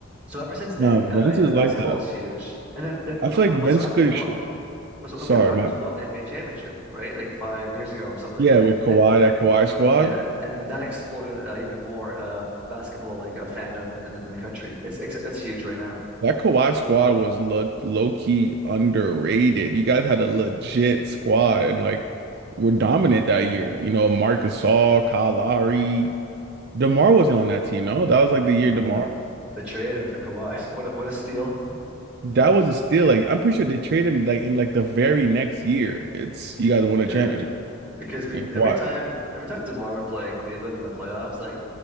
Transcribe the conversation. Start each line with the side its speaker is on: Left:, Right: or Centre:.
Centre: So ever since then,
Right: No, Vince
Centre: uh, yeah,
Right: is
Centre: basketball
Right: like that.
Centre: is huge. And then then
Right: I feel
Centre: when
Right: like
Centre: once
Right: Vince
Centre: the Raptors
Right: could
Centre: won,
Right: sh-
Centre: it was, okay,
Right: sorry,
Centre: the Raptors
Right: my
Centre: won the NBA championship, right, like five years ago or something.
Right: yeah, with Kawhi,
Centre: And
Right: that Kawhi squad.
Centre: yeah, and that exploded uh, even more uh, basketball like uh, fandom in, in, in the country. It's, it's it's huge right now.
Right: That Kawhi squad was look low key underrated. You guys had a legit squad and like were dominant that year. You know, Marc Gasol, Kyle Lowry, DeMar wasn't on that team. No, that was like the year
Centre: Uh,
Right: DeMar.
Centre: the trade and for Kawhi, <laughs> what a, what a steal!
Right: That was still like I'm pretty sure they traded him like in like the very next year. It's you guys won
Centre: Yeah.
Right: a championship
Centre: Because we
Right: and
Centre: every
Right: Kawhi.
Centre: time every time DeMar would play Cleveland in the playoffs, like